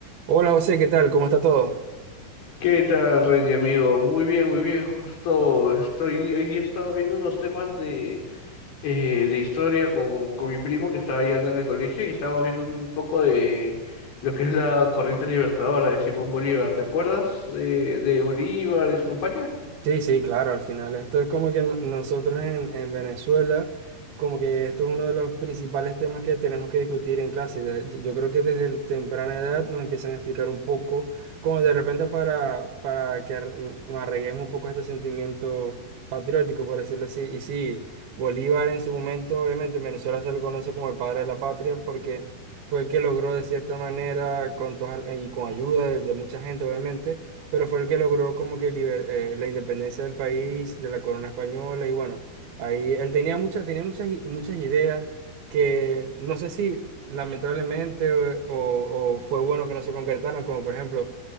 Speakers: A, on the right; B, on the left.
A: Hola José, ¿qué tal? ¿Cómo está todo?
B: ¿Qué tal, Rey, amigo? Muy bien, muy bien. Justo estoy, hoy día he estado viendo unos temas de, eh, de historia con, con mi primo que estaba yendo en el colegio y estábamos viendo un poco de lo que es la corriente libertadora de Simón Bolívar. ¿Te acuerdas de, de Bolívar y su compañía?
A: Sí, sí, claro, al final esto es como que no- nosotros en, en Venezuela, como que esto es uno de los principales temas que tenemos que discutir en clase. De- yo creo que desde el temprana edad nos empiezan a explicar un poco, como de repente para, para que ar- nos arreguemos un poco a este sentimiento patriótico, por decirlo así. Y sí, Bolívar en su momento, obviamente en Venezuela se lo conoce como el padre de la patria porque fue el que logró de cierta manera, con todas- y con ayuda de de mucha gente, obviamente pero fue el que logró como que liber- eh, la independencia del país, de la corona española, y bueno, ahí él tenía muchas, tenía muchas, i- muchas ideas que no sé si lamentablemente o, o- o fue bueno que no se concretaron, como por ejemplo,